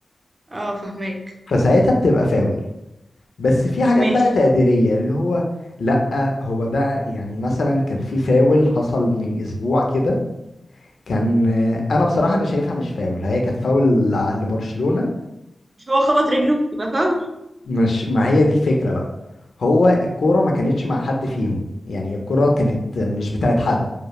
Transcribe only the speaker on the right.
اه فهماك
ماشي
مش هو خبط رجله يبقى فاول